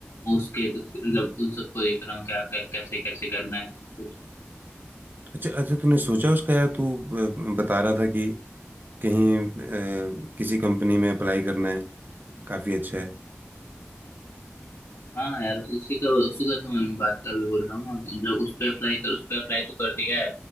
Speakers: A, on the left; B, on the right.
A: उसके मतलब उन सबको देख रहा हूँ क्या क्या- कैसे कैसे करना है कुछ
B: अच्छा अच्छा तूने सोचा उसका यार तू अ, बता रहा था कि कहीं अ, किसी कंपनी में अप्लाई करना है काफ़ी अच्छा है
A: हाँ यार उसी का उसी का तो मैं बात कर भी बोल रहा हूँ ना मतलब उस पर अप्लाई कर उस पर अप्लाई तो कर दिया है